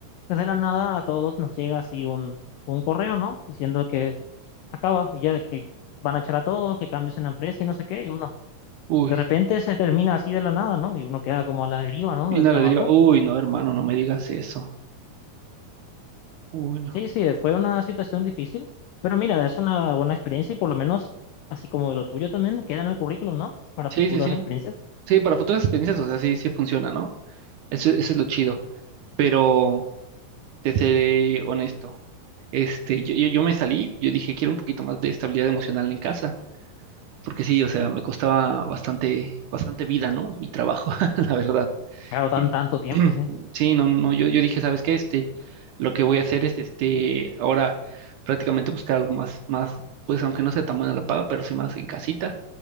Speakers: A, on the left; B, on the right.
A: pues de la nada a todos nos llega así un, un correo, ¿no? Diciendo que se acaba y ya de que van a echar a todos, que cambios en la empresa y no sé qué. Y uno,
B: Uy,
A: de repente se termina así de la nada, ¿no? Y uno queda como a la deriva, ¿no?
B: y
A: Del
B: no
A: trabajo.
B: le diría, uy, no, hermano, no me digas eso. Uy, no.
A: Sí, sí, fue una situación difícil, pero mira, es una buena experiencia y por lo menos, así como de lo tuyo también, queda en el currículum, ¿no? Para
B: Sí,
A: futuras
B: sí, sí.
A: experiencias.
B: Sí, para futuras experiencias, o sea, sí, sí funciona, ¿no? Eso, eso es lo chido. pero te seré honesto. Este, yo, yo, yo me salí, yo dije, quiero un poquito más de estabilidad emocional en casa, porque sí, o sea, me costaba bastante, bastante vida, ¿no? Mi trabajo, <laughs> la verdad.
A: Claro, tan
B: Y-
A: tanto tiempo,
B: <clears throat>
A: sí.
B: Sí, no, no, yo, yo dije, ¿sabes qué? Este, lo que voy a hacer es, este, ahora prácticamente buscar algo más, más, pues aunque no sea tan buena la paga, pero sí más en casita.